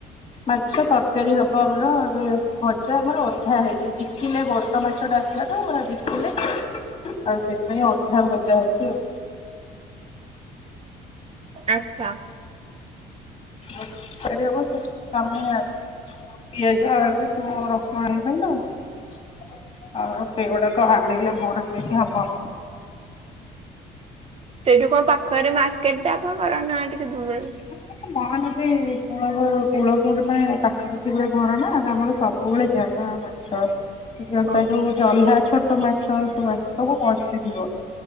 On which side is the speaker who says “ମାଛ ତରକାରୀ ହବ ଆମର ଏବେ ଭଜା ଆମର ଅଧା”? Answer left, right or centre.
Left